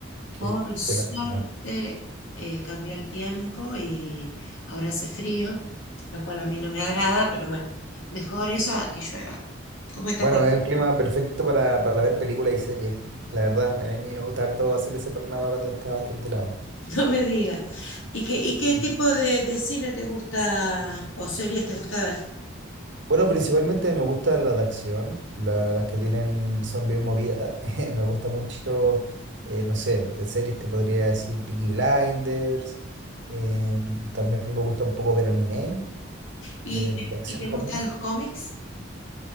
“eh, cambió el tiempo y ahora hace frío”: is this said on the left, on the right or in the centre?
Left